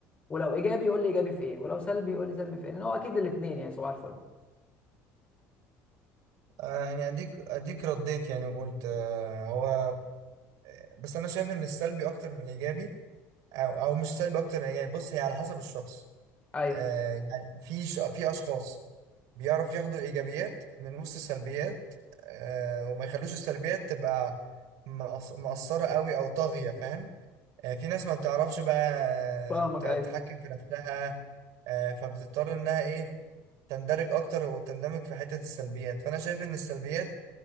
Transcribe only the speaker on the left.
ولو ايجابي قول لي ايجابي في ايه ولو سلبي قول لي سلبي في ايه لان هو اكيد الاثنين يعني صباح الفل
ايوه
فاهمك
ايوه